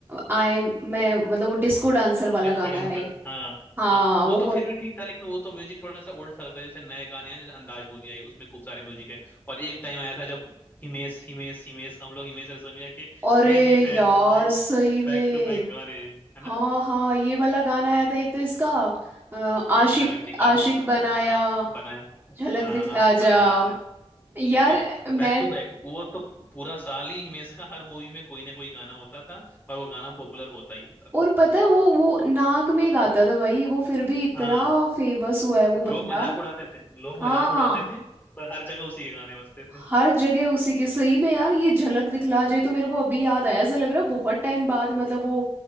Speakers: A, on the right (about 20°); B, on the left (about 15°).
A: आई मैं मतलब वो डिस्को डांसर वाला
B: डिस्को
A: गाना
B: डांसर
A: है एक।
B: हाँ
A: हाँ
B: हाँ वो
A: वो
B: तो
A: बहुत
B: फिर भी ठीक था लेकिन वो तो म्यूजिक थोड़ा सा ओल्ड सा लगता है जैसे नए गाने हैं जैसे अंदाज मूवी आई उसमें खूब सारे म्यूजिक है और एक टाइम आया था जब हिमेश हिमेश हिमेश हम लोग हिमेश रेशमिया के
A: अरे
B: क्रेजी फैन
A: यार
B: थे भाई
A: सही में
B: बैक टू बैक गाने है ना
A: हाँ हाँ ये वाला गाना आया था एक तो इसका अ, आशिक
B: झलक दिखला
A: आशिक
B: जहाँ
A: बनाया
B: हाँ बनाया
A: झलक
B: हाँ
A: दिखला
B: आशिक बनाया
A: जा
B: आपने
A: यार
B: ठीक है
A: मैं
B: बैक टू बैक वो तो पूरा साल ही हिमेश का हर मूवी में कोई ना कोई गाना होता था और वो गाना पॉपुलर होता ही होता
A: और
B: था
A: पता है वो वो नाक में गाता था भाई वो फिर भी इतना
B: हाँ
A: फेमस हुआ है वो
B: लोग
A: बंदा
B: मजाक उड़ाते थे लोग
A: हाँ
B: मजाक उड़ाते थे पर हर जगह उसी के गाने बजते थे
A: हर जगह उसी के सही में यार ये झलक दिखला जाए तो मेरे को अभी याद आया ऐसा लग रहा है बहुत टाइम बाद मतलब वो